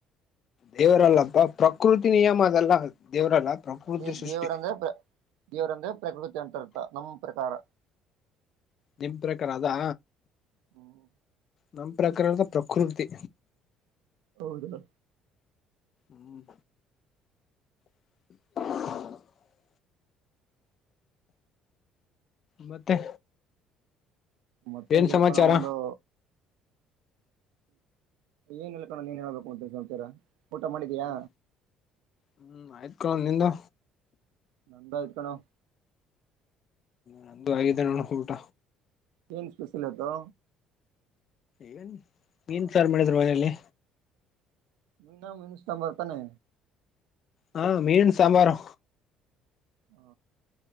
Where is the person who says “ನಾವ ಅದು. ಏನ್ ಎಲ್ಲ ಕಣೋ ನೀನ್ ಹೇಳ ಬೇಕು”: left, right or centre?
Right